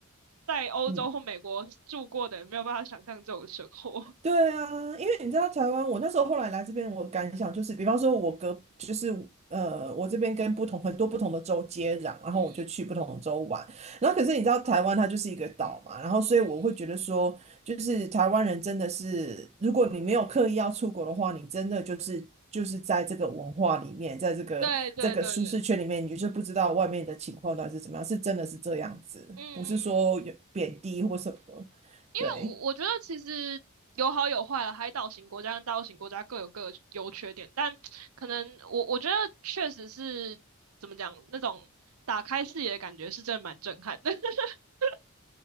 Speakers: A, on the right; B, on the right.
A: 在欧洲或美国住过的，
B: 嗯。
A: 没有办法想象这种生活。
B: 对啊，因为你知道台湾，我那时候后来来这边，我感想就是，比方说，我隔就是呃，我这边跟不同很多不同的州接壤，然后我就去不同的州玩。
A: 嗯嗯
B: 然后可是你知道台湾它就是一个岛嘛，然后所以我会觉得说，
A: 嗯，
B: 就是台湾人真的是，如果你没有刻意要出国的话，你真的就是就是在这个文化里面，在这个这个舒适圈里面，
A: 对对对对，
B: 你就是不知道外面的情况到底是怎么样，是真的是这样子，
A: 嗯嗯嗯，
B: 不是说有贬低或什么，
A: 因为我我觉得其实有好有坏了，
B: 对。
A: 海岛型国家跟大陆型国家各有各的优缺点，但可能我我觉得确实是怎么讲，那种打开视野的感觉是真的蛮震撼的，<laughs>